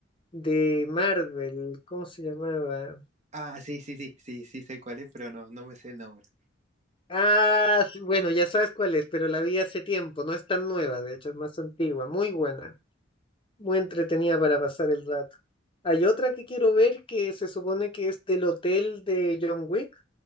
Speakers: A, on the left (about 30°); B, on the right (about 40°).
A: de Marvel. ¿Cómo se llamaba?
B: Ah, sí, sí, sí, sí, sí sé cuál es, pero no, no me sé el nombre.
A: Ah, sí, bueno, ya sabes cuál es, pero la vi hace tiempo. No es tan nueva, de hecho, es más antigua. Muy buena. Muy entretenida para pasar el rato. Hay otra que quiero ver que se supone que es del hotel de John Wick,